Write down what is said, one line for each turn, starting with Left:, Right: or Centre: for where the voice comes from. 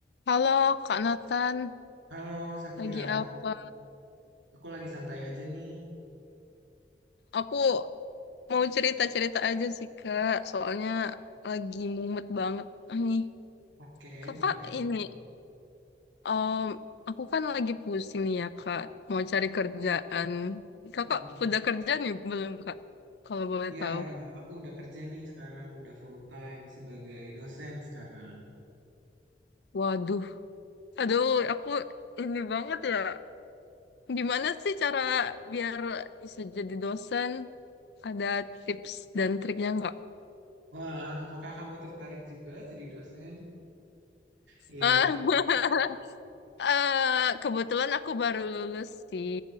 Left: Halo Kak Nathan,
Right: Halo Sakira,
Left: lagi apa?
Right: aku lagi santai aja nih.
Left: Aku mau cerita-cerita aja sih Kak, soalnya lagi mumet banget nih.
Right: Oke,
Left: Kakak
Right: boleh.
Left: ini, em, aku kan lagi pusing nih ya Kak, mau cari kerjaan. Kakak
Right: Hmm.
Left: udah kerja nih belum Kak? Kalau boleh
Right: Iya,
Left: tahu.
Right: aku udah kerja nih sekarang, udah full time sebagai dosen sekarang.
Left: Waduh, aduh aku ini banget ya. Gimana sih cara biar bisa jadi dosen? Ada tips dan triknya nggak?
Right: Wah, apakah kamu tertarik juga jadi dosen? Iya,
Left: <laughs> eh kebetulan aku baru lulus sih.